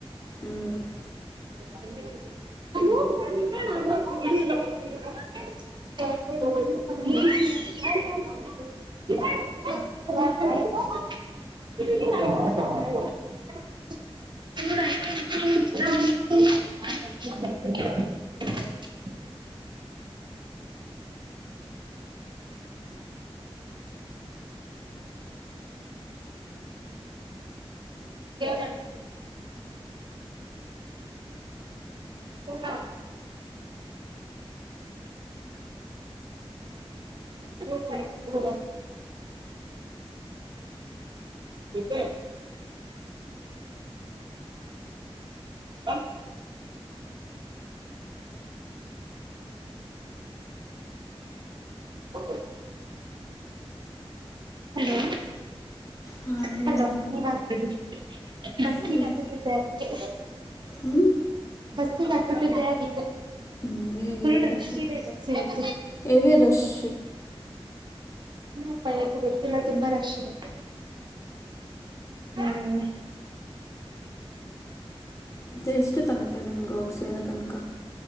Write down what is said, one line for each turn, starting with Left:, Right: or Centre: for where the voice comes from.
Left: ಹ್ಮ್ <unintelligible>
Right: <inaudible> <inaudible> <inaudible> <inaudible> <inaudible> ಕೇಳ್ ಅದ ಹ ಹ ಸ ಅ ಹೌ ಹಲೋ
Left: ಹಾಂ
Right: ಹಲೋ
Left: ಹೇಳಿ
Right: ನೀವ್ಗ್ಬದು ಬಸ್ಸಿಿಗೆ
Left: ಹೇಳಿ
Right: ಹಾತತಿದ್ದೆ ಅದಕ್ಕೆ
Left: ಹ್ಮ್
Right: ಬಸ್ಸಿಿಗೆ ಹಾಕ್ತತಿದ್ದೆ ಅದಕ್ಕೆ
Left: ಹ್ಮ್ ಹೇಳಿ
Right: ಫುಲ್
Left: ಹೇಳಿ
Right: ರಶ್
Left: ಸರ್
Right: ಇದೆ ಬಸ್ ಇವತ್ತು
Left: ಹೆವಿ ರಶ್
Right: ಪ್ಪ ಇವತ್ತುು ಗೊತ್ತಿಲ್ಲ ತುಂಬಾ ರಶ್ ಇದೆ ಹ್ಮ್
Left: ಮತ್ತೆ ಎಷ್ಟು ತಗತ್ತೆ ನಿಮ್ಗೆ ಹೋಗ್ ಸೇರೋ ತನಕ